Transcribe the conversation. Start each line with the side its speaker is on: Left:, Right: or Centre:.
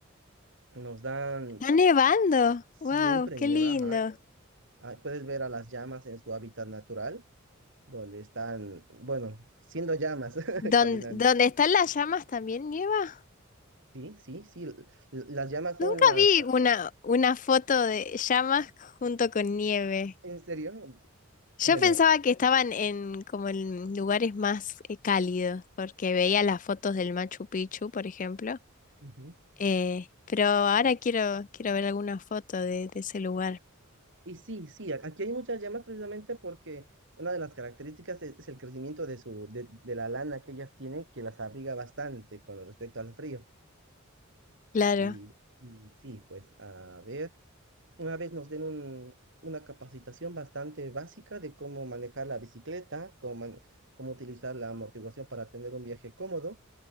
Right: Nos dan
Left: Está nevando.
Right: siempre
Left: Wow, qué
Right: nieva,
Left: lindo.
Right: Ah, puedes ver a las llamas en su hábitat natural, donde están, bueno, siendo llamas, <laughs>
Left: Don-
Right: caminando.
Left: dónde están las llamas también nieva?
Right: Sí, sí, sí. l- l- Las llamas son
Left: Nunca
Right: las...
Left: vi
Right: ah,
Left: una, una foto de llamas junto con nieve.
Right: ¿En serio?
Left: Yo
Right: Bueno,
Left: pensaba que estaban en como en lugares más eh, cálidos, porque veía las fotos del Machu Picchu, por ejemplo.
Right: ujú.
Left: Eh, pero ahora quiero, quiero ver alguna foto de, de ese lugar.
Right: Y sí, sí, a- aquí hay muchas llamas precisamente porque una de las características es, es el crecimiento de su, de, de la lana que ellas tienen, que las abriga bastante con respecto al frío.
Left: Claro.
Right: Y, y sí, pues, a ver. Una vez nos den un- una capacitación bastante básica de cómo manejar la bicicleta, cómo, man- cómo utilizar la amortiguación para tener un viaje cómodo,